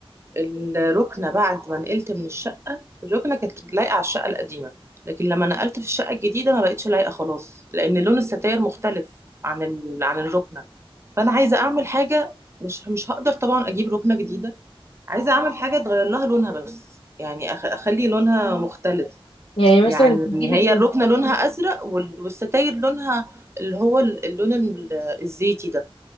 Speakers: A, on the right; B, on the left.
A: الركنة بعد ما نقلت من الشقة الركنة كانت لايقة على الشقة القديمة لكن لما نقلت في الشقة الجديدة ما بقتش لايقة خلاص لأن لون الستاير مختلف عن ال... عن الركنة فأنا عايزة أعمل حاجة مش مش هقدر طبعا أجيب ركنة جديدة عايزة أعمل حاجة تغير لها لونها بس يعني أخ... أخلي لونها مختلف
B: يعني مثلا
A: يعني
B: تجيبي
A: هي
B: ت-
A: الركنة لونها أزرق وال- والستاير لونها اللي هو ال- اللون ال- الزيتي ده